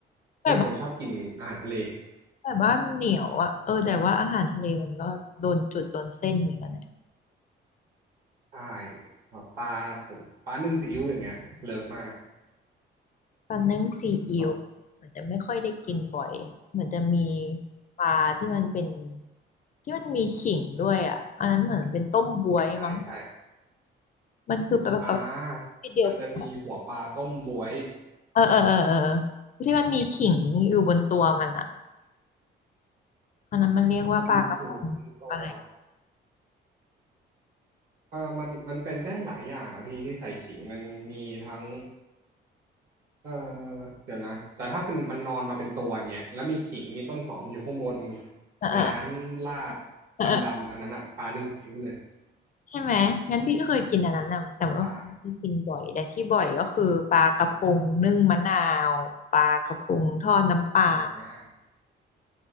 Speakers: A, on the left; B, on the right.
A: ไก่บ้าน
B: เป็นคนชอบกินอาหารทะเล
A: ไก่บ้านมันเหนียวอ่ะเออแต่ว่าอาหารทะเลมันก็โดนจุดโดนเส้นเหมือนกันเนี่ย
B: ใช่แบบปลาผมปลานึ่งซีอิ๊วอย่างเงี้ยเลิฟมาก
A: ปลานึ่งซีอิ๊วเหมือนจะไม่ค่อยได้กินบ่อยเหมือนจะมี
B: แบบ
A: ปลาที่มันเป็นที่มันมีขิงด้วยอ่ะอันนั้นเหมือนเป็นต้มบวยมั้ง
B: ใช่ใช่
A: มันคือปลาปลา
B: อ่า
A: ที่เดียวกัน
B: มันจะมีหัวปลาต้มบวย
A: เออเออเออเออที่มันมีขิงอยู่บนตัวมันอ่ะอันนั้นมันเรียกว่าปลากระพงอะไร
B: มีขิงลงตัวเออมันมันเป็นได้หลายอย่างอ่ะพี่ที่ใส่ขิงมันมีทั้งเออเดี๋ยวนะแต่ถ้าเป็นมันนอนมาเป็นตัวอย่างเงี้ยแล้วมีขิงมีต้นหอมอยู่ข้างบน
A: เออ
B: น้ำราด
A: เออ
B: ดำๆอันนั้นอ่ะปลานึ่งซีอิ๊วเลย
A: ใช่ไหมงั้นพี่ก็เคยกินอันนั้นนะแต่ว่าคงไม่ได้กินบ่อยแต่ที่บ่อยก็คือปลากระพงนึ่งมะนาวปลากระพงทอดน้ำปลา
B: ใช่อ่า